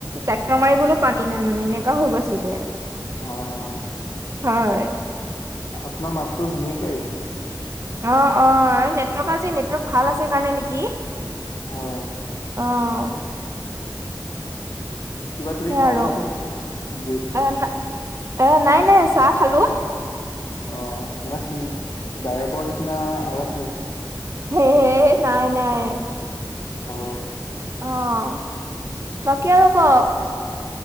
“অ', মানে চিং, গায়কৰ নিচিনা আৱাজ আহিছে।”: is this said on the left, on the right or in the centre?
Left